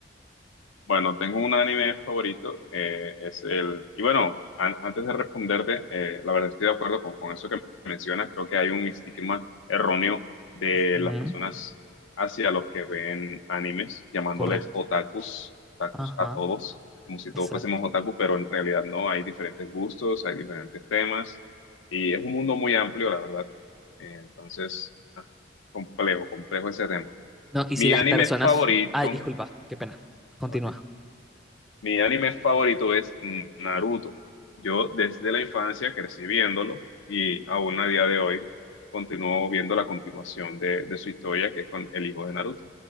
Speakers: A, on the left; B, in the centre.
A: Bueno, tengo un anime favorito, eh, es el... Y bueno, an- antes de responderte, eh, la verdad estoy de acuerdo con, con eso que mencionas, creo que hay un estigma erróneo de
B: Ujú,
A: las personas hacia los que ven animes, llamándoles
B: correcto.
A: otakus, otakus
B: Ajá,
A: a todos, como si
B: exacto.
A: todos fuésemos otakus, pero en realidad no, hay diferentes gustos, hay diferentes temas, y es un mundo muy amplio, la verdad. Eh, entonces, ah, complejo, complejo ese tema.
B: No, y
A: Mi
B: si las
A: anime
B: personas...
A: favorito...
B: su- Ay, disculpa, qué pena. Continúa
A: ok mi anime favorito es Naruto. Yo desde la infancia crecí viéndolo y aún a día de hoy continúo viendo la continuación de, de su historia que es con el hijo de Naruto.